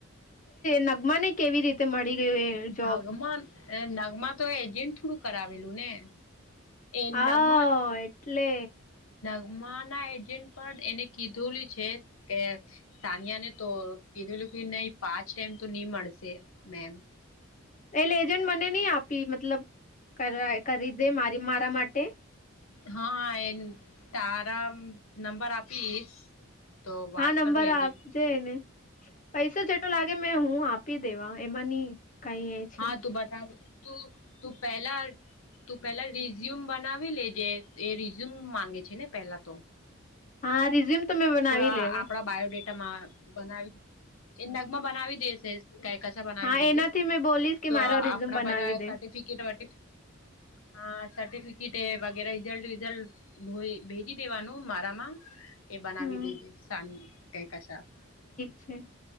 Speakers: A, on the left (about 35°); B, on the left (about 80°).
A: નગમા ને કેવી રીતે મળી ગયું એ જોબ
B: નગમાં નગમાં તો એજન્ટ થોડું કરાવેલું ને એ
A: હા
B: નગમા
A: એટલે
B: નગમા ના એજન્ટ પણ એને કીધુંલું છે કે સાનિયા ને તો કીધુંલું કે નહી પાંચ ટાઈમ તો નહી મળશે મેમ
A: એલે એજન્ટ મને નઈ આપી મતલબ કરી દે મારી મારા માટે
B: હા એ તારા નંબર આપીશ તો વાત
A: હા નંબર
B: કર લેજે
A: છેને પૈસા જેટલો લાગે મેં હું આપી દેવા એમાંની કઈ છે
B: હા તું બતાવ તું તું પહેલા તું પેલા રિઝ્યુમ બનાવી લેજે એ રિઝ્યુમ માંગે છે ને પેલા તો
A: હા રિઝ્યુમ તો મેં બનાવી
B: પરા
A: લેવા
B: આપડા બાયોડેટા બનાવી એ નગમાં બનાવી દેશે ક બનાવી
A: હા
B: દેજે
A: એનાથી મેં બોલીશ કે
B: તો
A: મારો
B: આપણા
A: રિઝ્યુમ બનાવી
B: બધા
A: દે
B: સર્ટિફિકેટ વ હા સર્ટિફિકેટ વગેરે રિઝલ્ટ વિઝલ્ટ ભેજી દેવાનું મારામાં એ બનાવી
A: હમ
B: દેજે સા ક કા
A: છેી